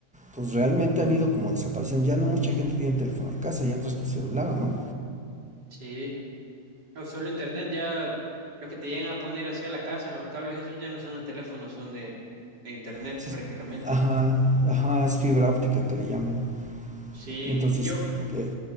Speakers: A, in the centre; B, on the right.
A: pues realmente han ido como desapareciendo. Ya no mucha gente tiene teléfono de casa, ya traes tu celular, ¿no?
B: sí. O solo internet, ya lo que te llegan a poner hacia la casa, los cables, esos ya no son de teléfono, son de, de internet
A: Entonces,
B: prácticamente.
A: ajá, ajá, es fibra óptica que le llaman.
B: Sí,
A: Entonces,
B: y yo,
A: eh,